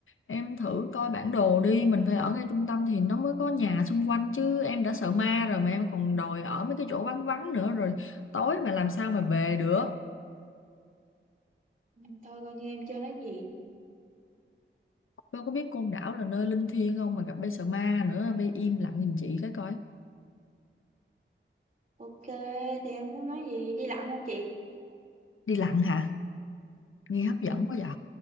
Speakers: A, on the left; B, on the right.
A: Em thử coi bản đồ đi, mình phải ở ngay trung tâm thì nó mới có nhà xung quanh chứ em đã sợ ma rồi mà em còn đòi ở mấy cái chỗ vắng vắng nữa rồi tối mà làm sao mà về được.
B: Ừ, thôi coi như em chưa nói gì
A: Con có biết Côn Đảo là nơi linh thiêng không mà gặp bê sợ ma nữa, bê im lặng giùm chị cái coi.
B: ok thì em muốn nói gì đi lặn không chị
A: Đi lặn hả? Nghe hấp dẫn
B: ừ
A: quá vậy.